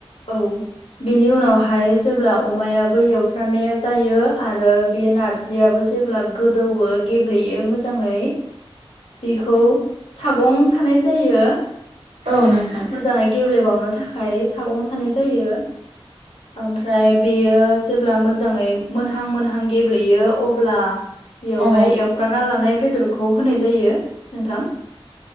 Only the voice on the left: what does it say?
औ। बेनि उनावहाय जेब्ला अमायाबो एवफ्रानाया जायो आरो बे नारजि जियाबो जेब्ला गोदौवो गेब्लेयो मोज मोजाङै बेखौ सागं सानाय जायो।
मोजाङै गेब्लेबावनो थाखाय सागं सानाय जायो। ओमफ्राय बेयो जेब्ला मोजाङै मोनहां मोनहां गेब्लेयो अब्ला बेवहाय
एवफ्रामना लानाय बेदरखौ होनाय जायो। नोंथां